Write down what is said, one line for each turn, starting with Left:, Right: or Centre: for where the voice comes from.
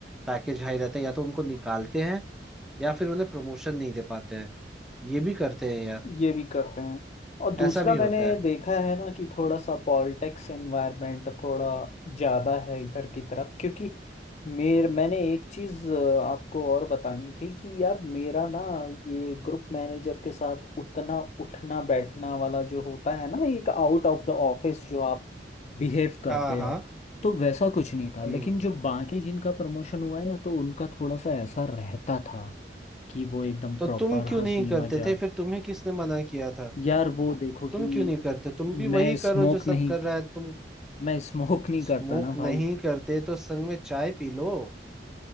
Centre: पैकेज हाई रहता है या तो उनको निकालते हैं या फिर उन्हें प्रमोशन नहीं दे पाते हैं ये भी करते हैं यार
Left: ये भी करते हैं और दूसरा
Centre: ऐसा भी
Left: मैंने
Centre: होता है
Left: देखा है ना कि थोड़ा सा पॉलिटिक्स एनवायरनमेंट थोड़ा ज़्यादा है इधर की तरफ क्योंकि मेर मैंने एक चीज़ अ, आपको और बतानी थी कि यार मेरा ना ये ग्रुप मैनेजर के साथ उतना उठना बैठना वाला जो होता है ना एक आउट ऑफ द ऑफिस जो आप बिहेव करते
Centre: हाँ हाँ
Left: हो तो वैसा कुछ नहीं था लेकिन
Centre: हम्म
Left: जो बाकी जिनका प्रमोशन हुआ है ना तो उनका थोड़ा सा ऐसा रहता था कि वो एकदम
Centre: तो
Left: प्रॉपर
Centre: तुम क्यों
Left: हंसी
Centre: नहीं करते
Left: मजाक
Centre: थे फिर तुम्हें किसने मना किया था
Left: यार वो देखो कि
Centre: तुम क्यों नहीं करते तुम भी
Left: मैं
Centre: वही
Left: स्मोक
Centre: करो जो सब
Left: नहीं
Centre: कर रहा है तुम
Left: मैं स्मोक नहीं
Centre: स्मोक
Left: करता ना
Centre: नहीं
Left: भाई
Centre: करते तो संग में चाय पी लो